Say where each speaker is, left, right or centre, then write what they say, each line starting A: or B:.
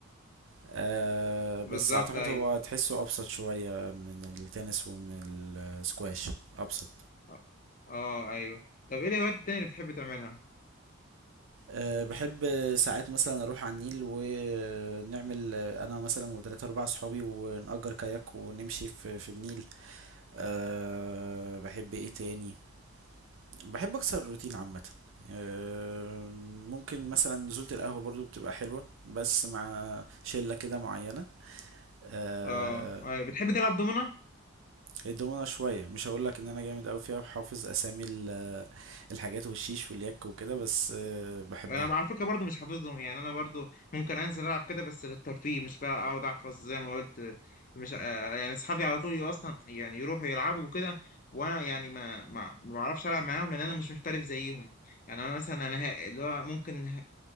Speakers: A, on the right; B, on the left.
A: آه بس
B: بالظبط
A: اعتقد
B: ايوه
A: هو تحسه ابسط شويه من التنس ومن السكواش ابسط
B: اه آه، ايوه طب ايه الهوايات التانية اللي بتحب تعملها
A: أه بحب ساعات مثلا اروح على النيل ونعمل انا مثلا وثلاثة اربعة صحابي ونأجر كاياك ونمشي في, في النيل أه بحب ايه تاني بحب اكسر الروتين عامه آه، ممكن مثلا نزولة القهوة برضو بتبقى حلوة بس مع شلة كده معينة آه،
B: اه آه، بتحب تلعب دومنة
A: الدومنة شوية مش هقولك ان انا جامد اوي فيها وحافظ اسامي ال- الحاجات والشيش واليك وكده بس آه، بحبها
B: انا على فكره برضو مش حافظهم يعني انا برضو ممكن انزل العب كده بس للترفيه مش بقى اقعد احفظ زي ما قلت آه، مش آه، يعني اصحابي على طول اصلا يعني يروحوا يلعبوا وكده وانا يعني ما ما ما بعرفش العب معاهم لان انا مش محترف زيهم يعني انا مثلا انا ها- اللي هو ممكن